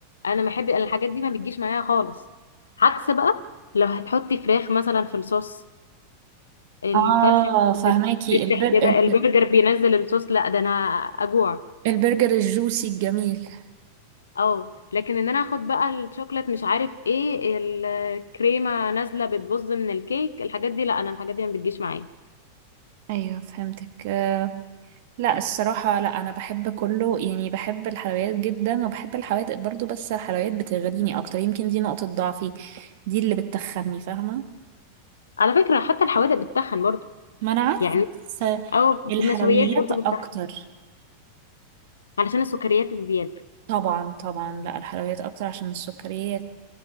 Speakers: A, on the left; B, on the right.
A: انا ما بحب الحاجات دي ما بتجيش معايا خالص عكس بقى لو هتحطي فراخ مثلا في الصوص الفرخه
B: اه فهماكي
A: بتفتح
B: البر...
A: كده البرجر بينزل الصوص لا ده انا اجوع
B: البرجر الجوسي الجميل
A: اه لكن ان انا اخد بقى الشوكليت مش عارف ايه الكريمه نازله بتبظ من الكيك الحاجات دي لا انا الحاجات دي ما بتجيش معايا
B: ايوه فهمتك آه، لا الصراحة لا أنا بحب كله يعني بحب الحلويات جدا وبحب الحوادق برضو بس الحلويات بتغريني أكتر يمكن دي نقطة ضعفي دي اللي بتخني فاهمة
A: على فكره حتى الحوادق بتتخن برضو
B: ما انا عارفه
A: يعني
B: بس
A: او
B: الحلويات
A: النشويات برضو بتتخن
B: اكتر
A: علشان السكريات الزياده
B: طبعا طبعا لا الحلويات أكتر عشان السكريات